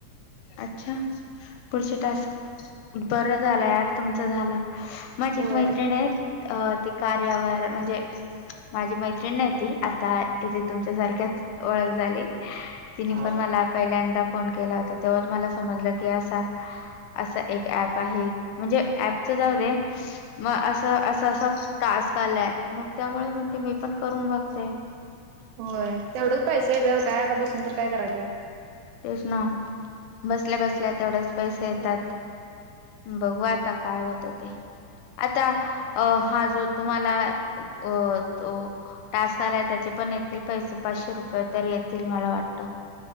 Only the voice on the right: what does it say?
होय.
हा
होय तेवढंच पैसे आहे त्या काय आता बसून तर काय करायचंय.
होय